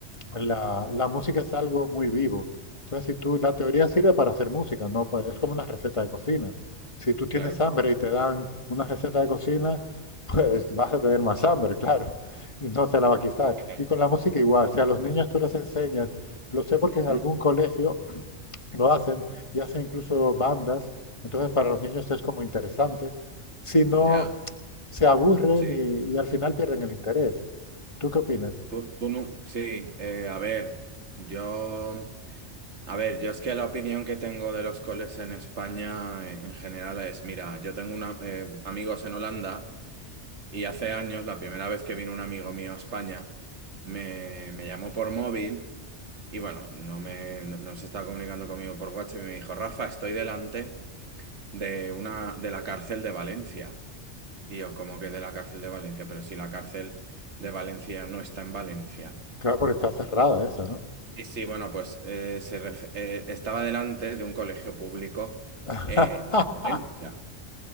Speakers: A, on the left; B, on the right.
A: La, la música es algo muy vivo. Entonces, si tú, la teoría sirve para hacer música, no pa- es como una receta de cocina. Si tú tienes
B: claro.
A: hambre y te dan una receta de cocina, <laughs> pues vas a tener más hambre, claro. <laughs> No se la va a quitar.
B: claro.
A: Y con la música igual, si a los niños tú les enseñas, lo sé porque en algún
B: Hmm,
A: colegio <clears throat> lo hacen y hacen incluso bandas, entonces para los niños es como interesante. Si no,
B: Ya,
A: se aburren
B: sí.
A: y, y al final pierden el interés. ¿Tú qué opinas?
B: Tú, tú no, sí, eh, a ver, yo. A ver, yo es que la opinión que tengo de los coles en España eh, en general es, mira, yo tengo una- eh, amigos en Holanda y hace años, la primera vez que vino un amigo mío a España, me, me llamó por móvil y bueno, no, me, no, no se estaba comunicando conmigo por WhatsApp y me dijo, Rafa, estoy delante de, una, de la cárcel de Valencia. Y yo, como que de la cárcel de Valencia? Pero si la cárcel de Valencia no está en Valencia.
A: Claro, porque está cerrada esa, ¿no?
B: Sí, sí, bueno, pues eh, se ref- eh, estaba delante de un colegio público
A: <laughs>
B: eh, en Valencia,